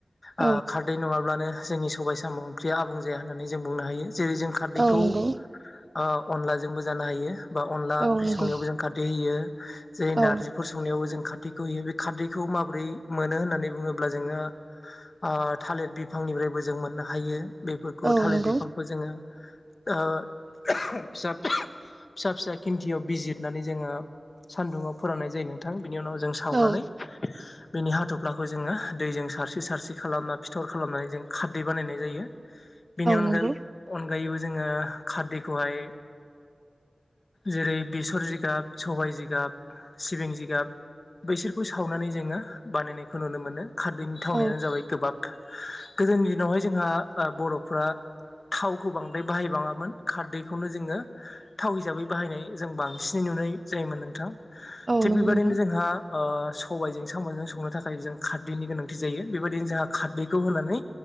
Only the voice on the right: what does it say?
औ
औ नंगौ
औ
नंगौ
औ
औ
नंगौ
औ
नंगौ
औ
औ
नंगौ
नोंथां